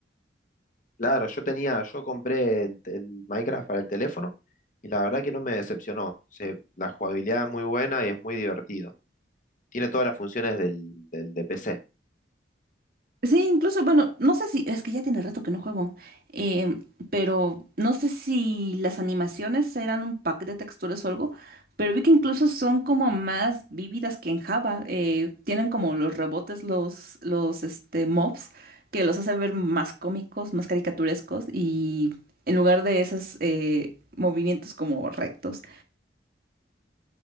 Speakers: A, on the left; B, on the right.
A: Claro, yo tenía, yo compré el, el Minecraft para el teléfono y la verdad que no me decepcionó. Se- la jugabilidad es muy buena y es muy divertido. tiene todas las funciones del, del de PC.
B: Sí, incluso, bueno, no sé si, es que ya tiene rato que no juego, em, pero no sé si las animaciones eran un pack de texturas o algo, pero vi que incluso son como más vívidas que en Java, eh, tienen como los rebotes, los, los, este, mobs, que los hace ver más cómicos, más caricaturescos, y en lugar de esos eh, movimientos como rectos.